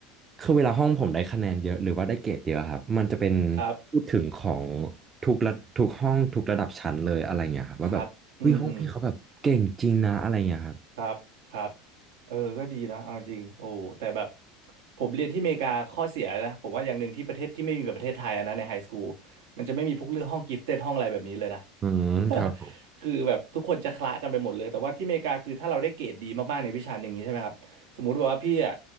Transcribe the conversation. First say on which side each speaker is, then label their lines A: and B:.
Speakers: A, on the right; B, on the right.
A: คือเวลาห้องผมได้คะแนนเยอะหรือว่าได้เกรดเยอะครับมันจะเป็น
B: ครับ
A: พูดถึงของทุกระทุกห้องทุกระดับชั้นเลยอะไรเงี้ยครับว่าแบบเฮ้ยห้องพี่เขาแบบเก่งจริงนะอะไรเงี้ยครับ
B: ครับอืมอืม ครับครับเออก็ดีนะเอาจริงโอ้แต่แบบผมเรียนที่อเมริกาข้อเสียนะผมว่าอย่างหนึ่งที่ประเทศที่ไม่มีแบบประเทศไทยอะนะในไฮสคูลมันจะไม่มีพวกเรื่องห้องกิฟเต็ดห้องอะไรแบบนี้เลยนะ
A: อืมครับผม
B: <laughs> คือแบบทุกคนจะคละกันไปหมดเลยแต่ว่าที่อเมริกาคือถ้าเราได้เกรดดีมากๆในวิชาหนึ่งอย่างนี้ใช่ไหมครับสมมุติว่าพี่อะ